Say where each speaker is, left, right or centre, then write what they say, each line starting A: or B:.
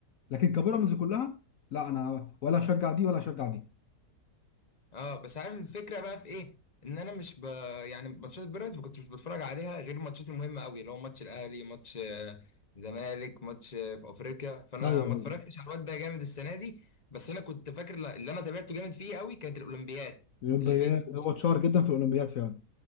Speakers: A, on the left (about 60°); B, on the left (about 25°).
A: لكن كبيراميدز كلها لا انا ولا اشجع دي ولا اشجع دي
B: اه بس عارف الفكره بقى في ايه ان انا مش ب... يعني ماتشات بيراميدز ما كنتش بتفرج عليها غير الماتشات المهمه قوي اللي هو ماتش الاهلي ماتش آه، زمالك ماتش آه، في افريقيا فانا
A: ايوه
B: ما
A: ايوه
B: اتفرجتش على الواد ده جامد السنه دي بس انا كنت فاكر ل- اللي انا تابعته جامد فيه قوي كانت الاولمبياد
A: الاولمبياد
B: اللي فاتت دي
A: هو اتشهر جدا في الاولمبياد فعلا